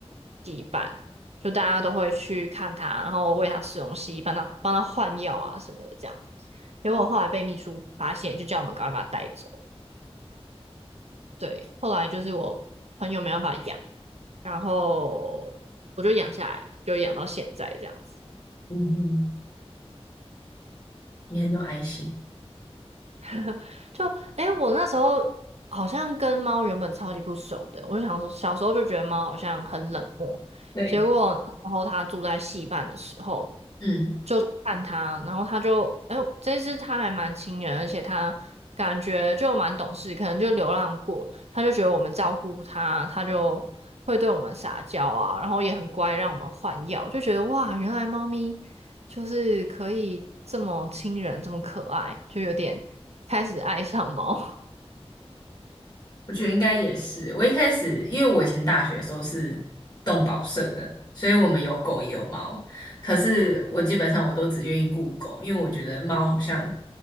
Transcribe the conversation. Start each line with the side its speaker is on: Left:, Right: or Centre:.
Right: 西班，就大家都会去看它，然后喂它吃东西，帮它帮它换药啊什么的这样。结果后来被秘书发现，就叫我们赶快把它带走。对，后来就是我朋友没办法养，然后我就养下来，就养到现在这样子。
Left: 嗯哼。你很有爱心。
Right: <laughs> 就哎、诶我那时候好像跟猫原本超级不熟的，我就想说，小时候就觉得猫好像很冷漠，
Left: 对，
Right: 结果然后它住在戏办的时候，
Left: 嗯，
Right: 就看他，然后他就，哎呦这次他还蛮亲人，而且他感觉就蛮懂事，可能就流浪过，他就觉得我们照顾他，他就会对我们撒娇啊，然后也很乖，让我们换药，就觉得哇，原来猫咪就是可以这么亲人，这么可爱，就有点开始爱上猫。
Left: 我觉得应该也是。我一开始，因为我以前大学的时候是动保社的，所以我们有狗也有猫。可是我基本上我都只愿意顾狗，因为我觉得猫好像